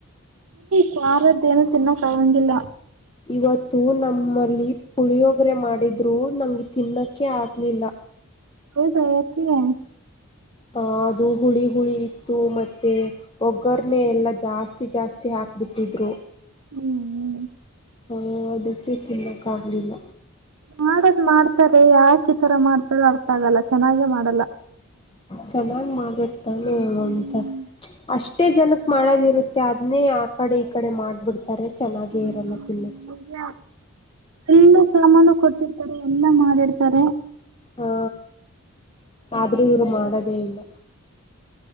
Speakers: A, on the right; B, on the left.
A: ಸಾರದ ಏನು ತಿನ್ನೋಕ್ಗಂಗಿಲ್ಲ
B: ಇವತ್ತು ನಮ್ಮಲ್ಲಿ ಪುಳಿಯೊೋಗರೆ ಮಾಡಿದ್ರೂ ನಂಗೆ ತಿನ್ನೋಕ್ಕೆ ಆಗ್ಲಿಲ್ಲ
A: ಹೌದಾ <unintelligible>
B: ಹ ಅದು ಹುಳಿ ಹುಳಿ ಇತ್ತು ಮತ್ತೆ ಒಗ್ಗರನೆೇ ಎಲ್ಲಾ ಜಾಸ್ತಿ ಜಾಸ್ತಿ ಹಾಕ್ ಬಿಟ್ಟಿದ್ರು
A: ಹ್ಮ್ ಹ್ಮ್
B: ಹ ಅದಕ್ಕೆ ತಿನ್ನಕ್ಕ ಆಗ್ಲಿಲ್ಲ
A: ಮಾಡದ್ ಮಾಡ್ತಾರೆ ಯಾಕೆ ಇತರ ಮಾಡ್ತಾರೂ ಅರ್ಥ ಆಗಲ್ಲ ಚೆನ್ನಾಗೆ ಮಾಡಲ್ಲ.
B: ಚನ್ನಾಗ್ ಮಾಡಬೇಕ ತಾನೆ
A: ಹ್ಮ್
B: ಅಂತ ಅಷ್ಟೇ ಜನಕ್ ಮಾಡೋದಿರುತ್ತೆ ಅದನ್ನೇ ಆ ಕಡೆ ಈ ಕಡೆ ಮಾಡ್ಬಿಡ್ತಾರೆ ಚೆನ್ನಾಗೇ
A: ಹ್ಮ್.
B: ಇರಲ್ಲ ತಿನ್ನಕ್ಕೆ
A: ಇಲ್ಲ. ಎಲ್ಲ ಸಾಮಾನು ಕೊಟ್ಟಿರ್ತಾರೆ ಎಲ್ಲಾ ಮಾಡಿಡ್ತಾರೆ
B: ಹಾ ಆದ್ರೂ ಇವ್ರು ಮಾಡೋದೇ ಇಲ್ಲ